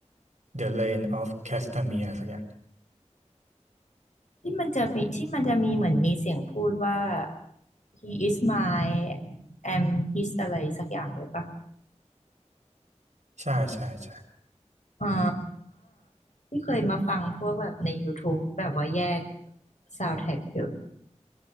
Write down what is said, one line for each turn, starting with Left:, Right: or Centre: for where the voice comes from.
Right: The Lane of Castamere สักอย่าง
Left: ที่มันจะมีที่มันจะมีเหมือนมีเสียงพูดว่า he is my am his อะไรสักอย่างด้วยปะ
Right: ใช่ใช่ใช่
Left: อ๋อที่เคยมาฟังพวกแบบใน YouTube แบบว่าแยก s o u n d t ท a c k อยู่